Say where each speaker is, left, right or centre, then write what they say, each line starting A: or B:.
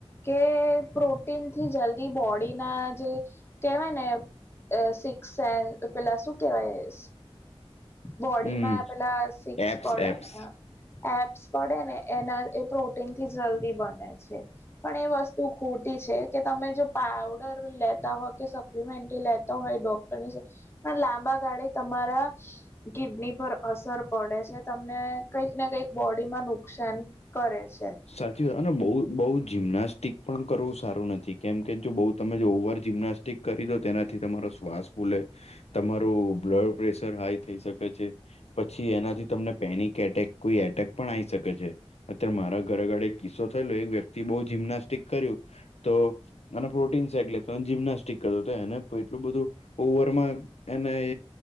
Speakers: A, on the left (about 25°); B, on the left (about 85°).
A: કે પ્રો ટીન થી જલ્દી બોડીના જે કહેવાય ને અઅ સિક્સ સેન પેલા શું કેવાય શ બોડીમાં
B: હમ
A: પેલા સિક્સ
B: એપ્સ
A: પડેને
B: એપ્સ
A: એપ્સ પડે ને એના લી પ્રોટીનથી જલ્દી બને છે પણ એ વસ્તુ ખોટી છે કે તમે જો પાવડર લેતા હોય કે સપ્લીમેન્ટરી લેતો હોય ડોક્ટરની પણ લાંબા ગાળે તમારા કિડની પર અસર પડે છે તમને કંઈક ને કંઈક બોડીમાં નુકસાન કરે છ
B: સાચી વાત અને બોવ બોવ જિમ્નાસ્ટિક પણ કરવું સારું નથી કેમ કે જો બોવ તમે જો ઓવર જીમના સ્ટીક કરી દો તેનાથી તમારો શ્વાસ ફૂલે તમારું બ્લડ પ્રેશર હાઈ થઈ શકે છે. પછી એનાથી તમને પેનિક એટેક કોઈ એટેક પણ આવી શકે છે અત્યારે મારા ઘરે કિસ્સો થયેલો એક વ્યક્તિ બહુ જિમ્નાસ્ટિક કર્યું તો અને પ્રોટીન સાટ લે જિમ્નાસ્ટિક કરતો હતોને એટલું બધું ઓવરમાં એને